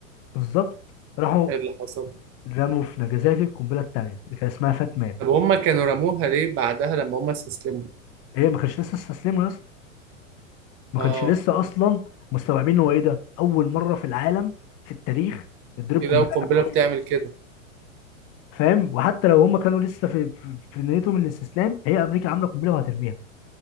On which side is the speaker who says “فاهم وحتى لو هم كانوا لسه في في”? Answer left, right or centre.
Left